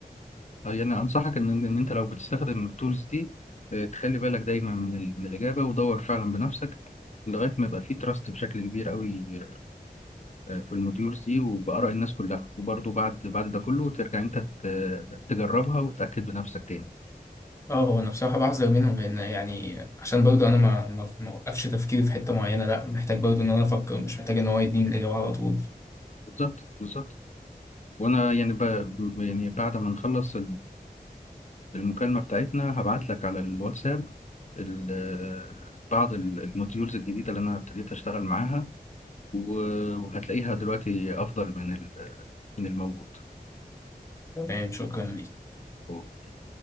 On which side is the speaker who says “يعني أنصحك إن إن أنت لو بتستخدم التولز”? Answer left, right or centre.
Left